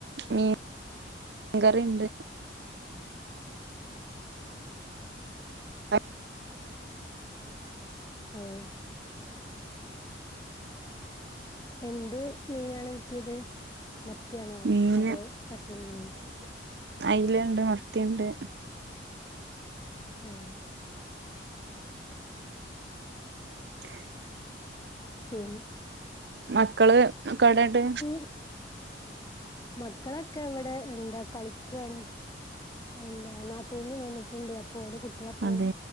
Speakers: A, on the right; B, on the left.
A: മീൻ മീൻ കറിയുണ്ട് അ്
B: ആഓ എന്ത് മീനാണ് കിട്ടിയത് മത്തിയാണോ
A: മീന്
B: അതോ കഷ്ണം മീനോ
A: അയിലുണ്ട് മത്തിയുണ്ട്
B: ഉം
A: ശ
B: പിൻ
A: മക്കള്ക്കവിടെയിണ്ട്
B: പൂ മക്കളൊക്കെ ഇവിടെ എന്താ കളിക്കാണ് എന്താ നാത്തൂനും വന്നിട്ടുണ്ട് ഓളെ കുട്ടികളൊപ്പ ഇങ്ങനെ
A: അതെ